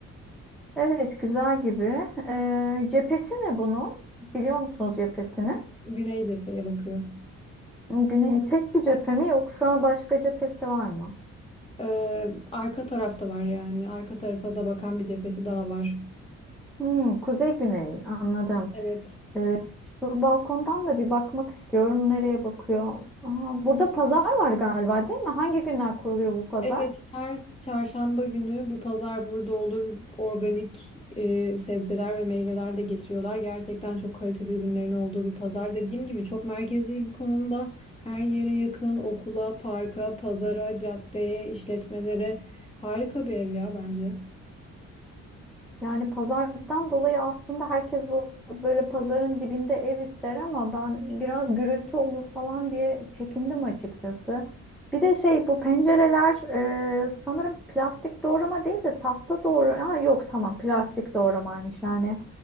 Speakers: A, in the centre; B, on the left.
A: Evet, güzel gibi. Ee, cephesi ne bunun? Biliyor musunuz cephesini?
B: Güney cepheye bakıyor.
A: Güney tek bir cephe mi yoksa başka cephesi var mı?
B: Ee, arka tarafta var yani. Arka tarafa da bakan bir cephesi daha var.
A: Hmm, kuzey güney anladım.
B: Evet.
A: Ee, şu balkondan da bir bakmak istiyorum. Nereye bakıyor? Aa, burada pazar var galiba değil mi? Hangi günler kuruluyor bu pazar?
B: Evet, her çarşamba günü bu pazar burada olur. Organik e, sebzeler ve meyveler de getiriyorlar. Gerçekten çok kaliteli ürünlerin olduğu bir pazar. Dediğim gibi çok merkezi bir konumda. Her yere yakın, okula, parka, pazara, caddeye, işletmelere. Harika bir ev ya bence.
A: Yani pazardan dolayı aslında herkes bu böyle pazarın dibinde ev ister ama ben biraz gürültü olur falan diye çekindim açıkçası. Bir de şey bu pencereler e, sanırım plastik doğrama değil de tahta doğrama. Ha, yok tamam plastik doğramaymış yani.